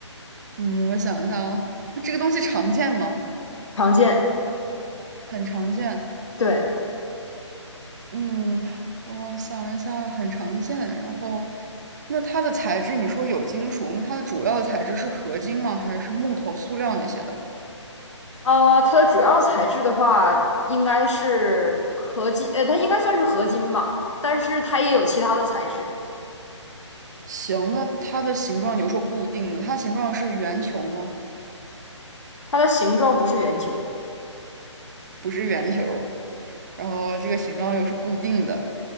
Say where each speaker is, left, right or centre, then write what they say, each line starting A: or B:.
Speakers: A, on the right (about 35°); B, on the left (about 70°).
A: 嗯，我想一下啊，这个东西常见吗？
B: 常见，
A: 很常见。
B: 对，
A: 嗯，我想一下，很常见。然后，那它的材质，你说有金属，那它的主要材质是合金吗？还是木头、塑料那些的？
B: 啊，它的主要材质的话，应该是合金，呃，它应该算是合金吧，但是它也有其他的材质，
A: 行，那它的形状有说固定的，它形状是圆球吗？
B: 它的形状不是圆球，
A: 不是圆球。然后这个形状又是固定的。